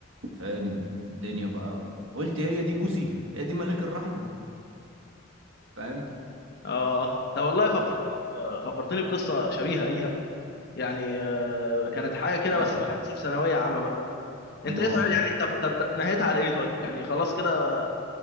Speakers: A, on the right; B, on the left.
A: فاهم الدنيا بقى قلت هي دي بوسي هي دي ملك الرحمة فاهم
B: اه ده والله
A: ف
B: فكرتني آه، فكرتني بقصه شبيهه ليها يعني آه، كانت حاجه كده
A: اه
B: بس ما كانتش في ثانويه عامه بقى انت
A: ما
B: ايه صحيح يعني طب طب طب نهيتها على ايه طيب يعني خلاص كده